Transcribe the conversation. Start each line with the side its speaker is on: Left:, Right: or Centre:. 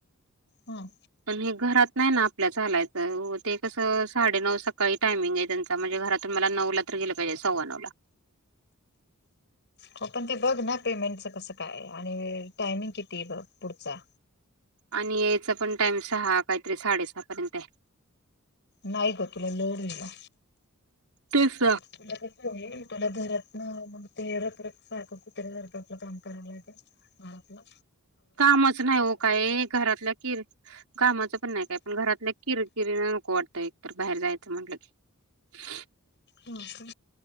Left: हम्म
Right: पण हे घरात नाही ना आपल्या लायचं ते कसं साडे नऊ सकाळी टायमिंग आहे त्यांचा म्हणजे घरातून मला नऊला तर गेलं पाहिजे सव्वा नऊला
Left: हो पण ते बघ ना पेमेंटच कसं काय आणि टायमिंग किती आहे बघ पुढचा
Right: आणि यायचा पण टाइम सहा काहीतरी साडेसहा पर्यंत आहे
Left: नाही गो तुला लोडला
Right: केस
Left: तुला कसं आहे तुला घरातन मग ते रख रख सारखं कुत्र्या सारखं आपलं काम करायला का आपलं
Right: कामच नाही हो काय घरातल्या किर कामाचं पण नाही काय पण घरातल्या किरकिरी नको वाटतं एकतर बाहेर जायचं म्हटलं की ह
Left: हो का